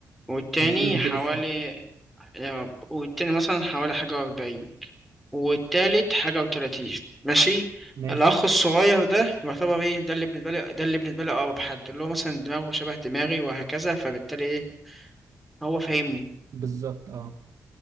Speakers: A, in the centre; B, on the right.
A: والتاني
B: ربنا يديله
A: حوالي
B: الصحه
A: يا رب والتاني مثلا حوالي حاجة وأربعين والتالت حاجة وتلاتين ماشي
B: ماشي
A: الأخ الصغير ده يعتبر إيه ده اللي بالنسبة لي ده اللي بالنسبة لي أقرب حد اللي هو مثلا دماغه شبه دماغي وهكذا فبالتالي إيه هو فاهمني
B: بالظبط اه